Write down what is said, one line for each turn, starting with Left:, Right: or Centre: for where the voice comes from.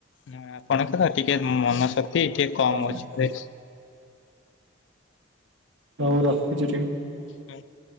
Left: ନା ଆପଣଙ୍କର ଟିକେ ମନ ଶକ୍ତି ଟିକେ କମ୍
Right: ହଉ
Left: ଅଛି ବେସ୍।
Right: ହଉ ମୁଁ ରଖୁଚି ଟିକେ।
Left: ଆ <inaudible>